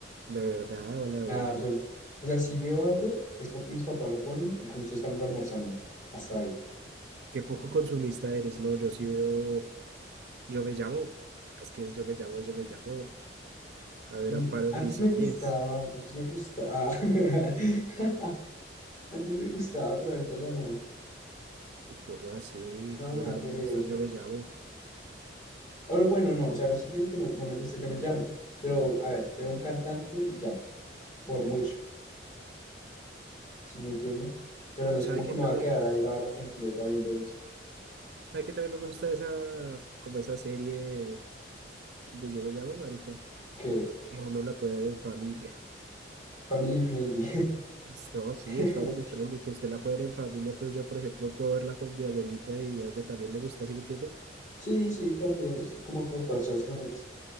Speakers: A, on the right; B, on the left.
A: de verdad, hola,
B: Nada,
A: uy,
B: absoluto.
A: no.
B: O sea, si veo algo, es porque mis papás lo ponen y justo estamos almorzando. Hasta ahí.
A: Qué poco consumista eres, no, yo sí veo Yo me llamo, es que es Yo me llamo, es Yo me llamo. A ver,
B: Mm,
A: Amparo
B: antes
A: Grisales.
B: me gustaba, antes me gustaba. <laughs> Antes me gustaba, pero ahorita ya no.
A: Y como así,
B: No,
A: como
B: me da
A: no le
B: pereza.
A: va a gustar, yo me llamo.
B: ahora bueno, no, o sea, no estoy diciendo que no, no me guste, yo me llamo. Pero, a ver, veo un cantante y ya, por mucho, ¿sí me entiende? Pero no es
A: ¿Sabe
B: como
A: qué
B: que me
A: también?
B: va a quedar ahí la hora completa viendo eso.
A: ¿Sabe qué también me gusta esa, como esa serie de Yo me llamo, marica?
B: Que
A: Que uno la puede ver en familia.
B: family friendly.
A: Esto sí,
B: <laughs>
A: es family friendly, que usted la puede ver en familia. Entonces yo, por ejemplo, puedo verla con mi abuelita y a ella también le gusta, ¿sí me entiende?
B: Sí, sí, también, es como por parcharse con ellos.